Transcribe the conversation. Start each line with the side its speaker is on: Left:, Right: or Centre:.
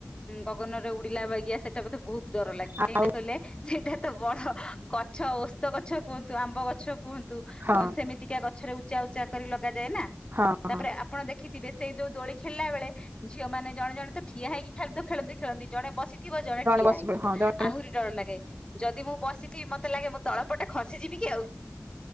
Left: ଗଗନ ରେ ଉଡୁ ପିଲା ବାଗିଆ ସେଇଟା ମତେ ବହୁତ ଡର ଲାଗେ
Right: ଆଉ
Left: କାହିଁକି କହିଲେ ସେଇଟା ତ ବଡ ଗଛ ଓସ୍ତ ଗଛ। ଗଛ କୁହନ୍ତୁ ଆମ୍ବ ଗଛ କୁହନ୍ତୁ
Right: ହଁ
Left: ସେମିତିକା ଗଛରେ ଉଚ୍ଚା ଉଚ୍ଚା କରି ଲଗାଯାଏ ନା ନା
Right: ହଁ
Left: ତାପରେ
Right: ହଁ
Left: ଆପଣ ଦେଖ ଦେଖିଥିବେ ସେଇ ଯୋଉ ଦୋଳି ଖେଳିଲା ବେଳେ ଝିଅ ମାନେ ଜଣେ ଜଣେ ତ ଠିଆ ହେଇକି ଖେଳି ତ ଖେଳି ଖେଳନ୍ତି ଜଣେ ବସିଥିବ ଜଣେ ଠିଆ
Right: ବସି
Left: ହେଇଥିବ।
Right: ପଡିବ ହଁ ଜଣେ
Left: ଆହୁରି ଡର ଲାଗେ ଯଦି ମୁଁ ବସିଥିବି ମତେ ଲାଗେ ମୁଁ ତଳ ଏପଟେ ଖସିଯିବି କି ଆଉ।